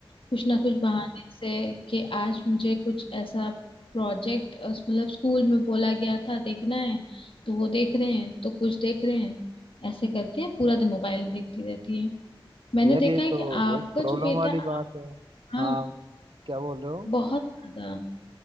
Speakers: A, on the left; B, on the right.
A: कुछ ना कुछ बहाने से कि आज मुझे कुछ ऐसा प्रोजेक्ट मतलब स्कूल में बोला गया था देखना है तो वो देख रहे हैं तो कुछ देख रहे हैं ऐसे करके पूरा दिन मोबाइल देखती रहती है मैंने
B: यार
A: देखा
B: ये तो
A: है कि आपका
B: बहुत प्रॉब्लम
A: जो बेटा
B: वाली बात है
A: हाँ
B: हाँ क्या बोल रहे हो
A: बहुत ज्यादा